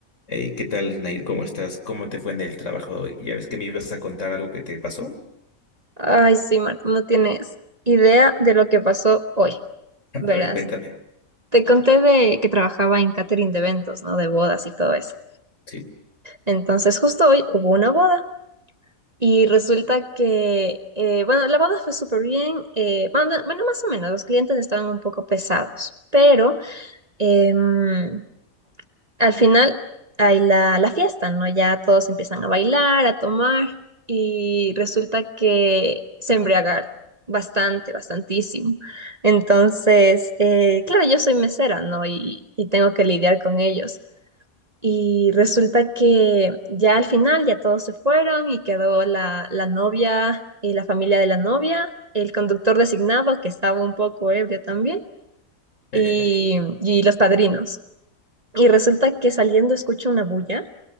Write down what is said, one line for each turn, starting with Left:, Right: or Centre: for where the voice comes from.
Left: Hey, ¿qué tal, Nair? ¿Cómo estás? ¿Cómo te fue en el trabajo hoy? Ya ves que me ibas a contar algo que te pasó.
Right: Ay, sí, Marta, no tienes idea de lo que pasó hoy, verás.
Left: A ver, cuéntame.
Right: Te conté de que trabajaba en catering de eventos, ¿no? De bodas y todo eso.
Left: Sí.
Right: Entonces, justo hoy hubo una boda y resulta que, eh, bueno, la boda fue súper bien. eh, bueno, bueno, más o menos, los clientes estaban un poco pesados, pero em, al final hay la, la fiesta, ¿no? Ya todos empiezan a bailar, a tomar, y resulta que se embriagaron bastante, bastantísimo. Entonces, eh, claro, yo soy mesera, ¿no? Y, y tengo que lidiar con ellos. Y resulta que ya al final ya todos se fueron y quedó la, la novia, eh, la familia de la novia, el conductor designado, que estaba un poco ebrio también, y,
Left: <laughs> Jeje.
Right: y los padrinos. Y resulta que saliendo escucho una bulla